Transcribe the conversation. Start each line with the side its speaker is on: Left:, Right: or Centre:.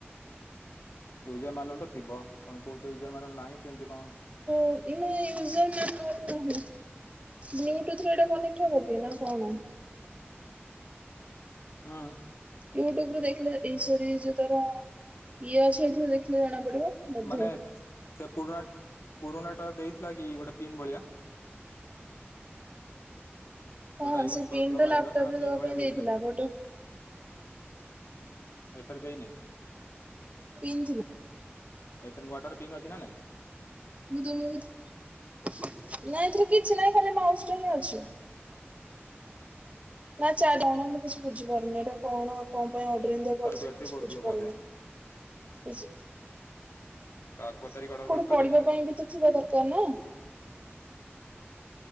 Left: ୟୁଜର ମାନୁଆଲ ତ ଥିବ ତମେ କହୁଛ ୟୁଜର ମାନୁଆଲ ନାହିଁ କେମିତି କଣ?
Right: ନା ୟୁଜର ମାନୁଆଲ ନାହିଁ। ବ୍ଲୁଟୁଥ ରେ ଏଇଟା କନେକ୍ଟ ହବ କି ନା କଣ?
Left: ହଁ।
Right: ୟୁଟ୍ୟୁବୁ ରେ ଦେଖିଲେ ଏଇଶରୀ ଯୋଉ ତର ଇଏ ଅଛି ଏଇଥିରେ ଦେଖିଲେ ଜଣା ପଡିବ। ବୋଧେ।
Left: ମାନେ ସେ ପୁରୁଣା ପୁରୁଣା ଟା ଦେଇଥିଲା କି ଗୋଟେ ପିନ୍ ଭଳିଆ।
Right: ହଁ
Left: ଯୋଉଟା ୟୁଜ୍
Right: ସେ
Left: କରୁଥିଲ
Right: ପିନ୍ ଟା
Left: ଭାଇର
Right: ଲାପଟପରେ
Left: ସେଇଟା ପିନ୍
Right: ଦବା
Left: ଭଳିଆ
Right: ପାଇଁ ଦେଇଥିଲା
Left: କି?
Right: ବଟ୍
Left: ଏଇଥର ଦେଇନି?
Right: ପିନ୍ ଥିଲା।
Left: ଏଇଥରେ ନୂଆଟାରେ ପିନ୍ ଅଛି ନା ନାଇଁ?
Right: ମୁଁ ତମକୁ ଥା ନାଇଁ ଏଥର କିଛି ନହିଁ ଖାଲି ମାଉସ ଟା ହିଁ ଅଛି। ନା ଚାରି ଜଣ ମୁଁ କିଛି ବୁଝିପାରୁନି ଏଇଟା କଣ? କଣ ପାଇଁ ଅର୍ଡର ଏମିତିଆ କରିଛି
Left: ତାର ବ୍ୟାଟେରୀ
Right: ମୁଁ କିଛି
Left: ପଡୁଥିବ
Right: ବୁଝିପାରୁନି।
Left: ବୋଧେ
Right: ଇଶ୍
Left: କାହାକୁ ପଚାରିକି ଅର୍ଡର
Right: ପୁଣି
Left: କରିଥିଲ
Right: ପଢିବା
Left: କେଜାଣି
Right: ପାଇଁ ବି ତ ଥିବା ଦରକାର ନା?